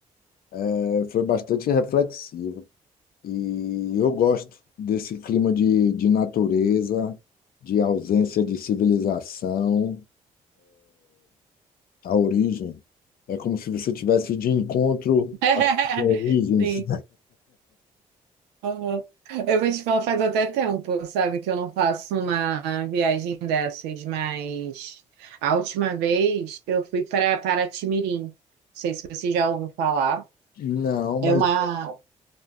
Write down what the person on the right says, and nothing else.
<laughs>
Sim. aham. Eu vou te falar, faz até tempo, sabe, que eu não faço uma viagem dessas, mas a última vez eu fui para Paraty Mirim. Não sei se você já ouviu falar.
É uma,